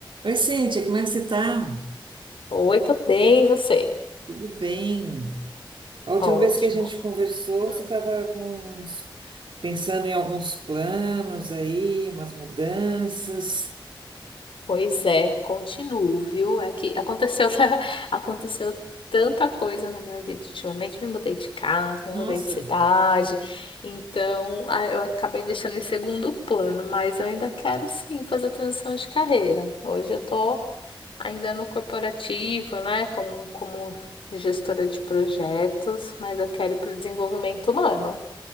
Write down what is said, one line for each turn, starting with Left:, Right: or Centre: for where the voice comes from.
Right: Oi, Cíntia, como é que você tá?
Left: Oi, tô bem, e você?
Right: Tudo bem? A última
Left: Ótimo.
Right: vez que a gente conversou,
Left: Hum,
Right: você estava com uns- pensando em alguns planos aí, umas mudanças.
Left: pois é, continuo, viu? É que aconteceu, <laughs> aconteceu tanta coisa na minha vida ultimamente. Me mudei de casa, me
Right: Nossa,
Left: mudei de cidade, então ah, eu acabei deixando em segundo plano, mas eu ainda quero sim fazer transição de carreira. Hoje eu tô ainda no corporativo, né? Como, como gestora de projetos, mas eu quero ir para o desenvolvimento humano.